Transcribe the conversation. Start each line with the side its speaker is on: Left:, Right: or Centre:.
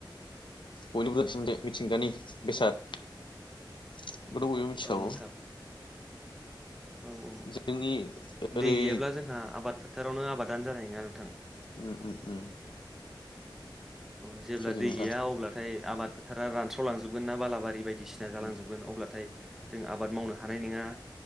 Left: बयनोबोसिमबो मिथिंगानि बेसाद खौथ' बयबो मिथिखागौ
Centre: औ नोंथां
Left: <inaudible>
Centre: औ औ
Left: जोंनि ओरै
Centre: दै गैयाब्ला जोंहा आबाद फोथारावनो आबाद दान जानाय नोङा नोंथां
Left: उम उम उम
Centre: अ जेब्ला
Left: सैथो
Centre: दै
Left: नोंथां
Centre: गैया अब्लाथाय आबाद फोथारा रानस्रावलांजोबगोन ना बालाबा रि बायदिसिना जालांजोबगोन
Left: उम
Centre: अब्लाथाय जों आबाद मावनो हानाय नङा